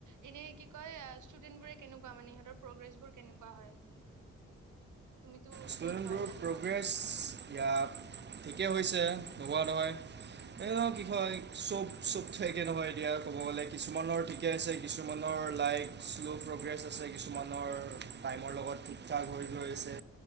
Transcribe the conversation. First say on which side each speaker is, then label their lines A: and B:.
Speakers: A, on the right (about 75°); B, on the right (about 35°).
A: এনে কি কয় ষ্টুডেন্ট বোৰে কেনেকুৱা মানে ইহঁতৰ প্ৰগ্ৰেছ বোৰ কেনেকুৱা হৈ আছে? তুমিতো
B: ষ্টুডেণ্ট
A: কচ হয়
B: গ
A: জানিবা
B: প্ৰগ্ৰেছ য়া। হৈছে নোহোৱা নহয়। এই ধ
A: উম
B: কি হয় চব। চব থোৱাকৈ নহয় এতিয়া ক'ব গ'লে কিছুমানৰ ঠিকে আছে কিছুমানৰ লাইক শ্ল' প্ৰগ্ৰেছ আছে কিছুমানৰ টাইমৰ লগত ঠিক ঠাক হৈ গৈ আছে।